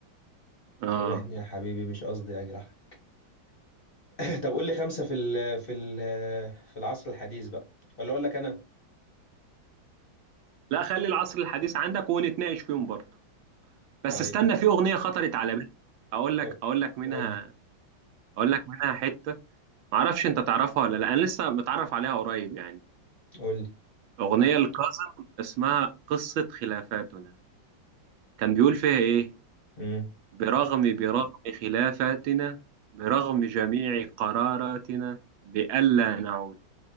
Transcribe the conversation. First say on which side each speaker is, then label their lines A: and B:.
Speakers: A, on the right (about 85°); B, on the left (about 35°).
A: اه
B: سامحني يا حبيبي مش قصدي أجرحك <clears throat> طب قول لي خمسة في ال في ال في العصر الحديث بقى ولا أقول لك أنا
A: لا خلي العصر الحديث عندك ونتناقش فيهم برضه بس
B: طيب
A: استنى في اغنية خطرت على بالي اقول
B: قو-
A: لك اقول لك منها
B: قول لي
A: اقول لك منها حتة معرفش انت تعرفها ولا لا انا لسه متعرف عليها قريب يعني
B: قول لي
A: اغنية لكاظم اسمها قصة خلافاتنا كان بيقول فيها ايه
B: مم.
A: برغم برغم خلافتنا برغم جميع قراراتنا بألا نعود